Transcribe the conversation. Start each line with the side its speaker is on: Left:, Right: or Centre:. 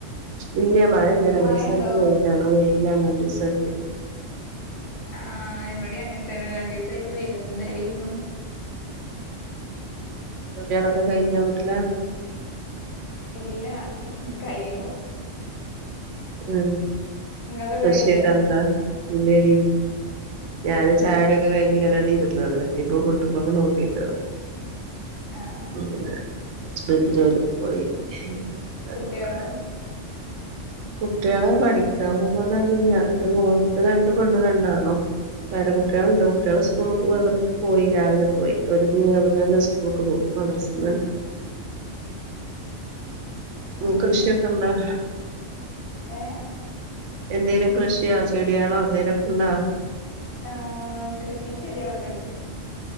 Right: ഇല്ല മഴ ഇല്ല രണ്ടീസായിട്ട്
Left: മഴണ്ടോ
Right: വെയിയിലണ് വെയില രണ്ടീസായിട്ട്.
Left: ആ ഇവിടെ അങ്ങന തന്നെ രണ്ടീസായിട്ട് വെയില്ന്നെ ഇന്നും.
Right: ജോലിയാളൊക്കെ കഴിഞ്ഞ വീട്ടില്.
Left: ഇല്ല കയ്യണു.
Right: ഉം
Left: ഇങ്ങൾതൊക്കെ കഴിഞ്ഞോ
Right: ഷിയക്കാന്താ പിന്നേടി. ഞാന്ചായടിയൊക്കെ കഴിഞ്ഞീങ്ങനെണ്ടി ഇരുന്നത ഇനിയിപ്പോ <unintelligible> നോക്കിട്ട് വേണം.
Left: ആഹ്
Right: <unintelligible> ഹസ്ബന്റ് ജോലിക്ക് പോയി. <unintelligible> കാര്യങ്ങള്.
Left: കുട്ട്യാളോ
Right: കുട്ടികളെ പഠിക്കാൻ പോണൊണ് ആരൂല്ല ന്റെ മോളിതെ രണ്ട് പെണ്ണും രണ്ട് ആണും. പേര കുട്ടികളുണ്ട് കുട്ടിയാള് സ്കൂളി പോവാൻ തുടങ്ങി. പോയി രാവിലെ പോയി ഒര് ഇഞ്ഞി അവ്ട്ന്ന് തന്നെ സ്കൂൾക്ക് പോവും. മദ്റസിന്ന് തന്നെ.
Left: <inaudible>
Right: ഉം
Left: ആഹ്
Right: കൃഷിയൊക്കെ ഇണ്ടോ?
Left: ഏഹ്
Right: എന്തേലും കൃഷിയാ ചെടിയാളോ എന്തേലുംക്കണ്ടോ?
Left: ആഹ് കൃഷിം ചെടിളൊക്കെ ഇണ്ട്.